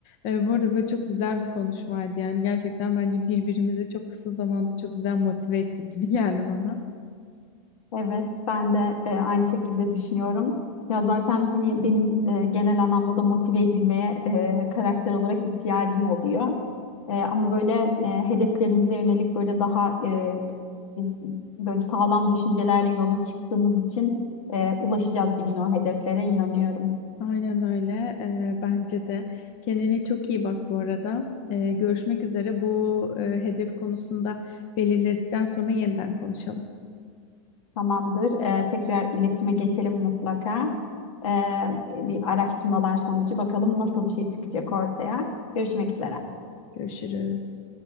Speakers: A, on the left (about 35°); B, on the left (about 85°).
A: E, bu arada böyle çok güzel bir konuşmaydı. Yani gerçekten bence birbirimizi çok kısa zamanda çok güzel motive ettik gibi geldi bana.
B: Evet, ben de e, aynı şekilde düşünüyorum. Ya zaten hani benim e, genel anlamda da motive edilmeye e, karakter olarak ihtiyacım oluyor. E, ama böyle e, hedeflerimize yönelik böyle daha e, biz böyle sağlam düşüncelerle yola çıktığımız için e, ulaşacağız bir gün o hedeflere inanıyorum.
A: Aynen öyle. Ee, bence de. Kendine çok iyi bak bu arada. Ee, görüşmek üzere. Bu e, hedef konusunda belirledikten sonra yeniden konuşalım.
B: Tamamdır. E, tekrar iletişime geçelim mutlaka. E, bir araştırmalar sonucu bakalım nasıl bir şey çıkacak ortaya. Görüşmek üzere.
A: Görüşürüz.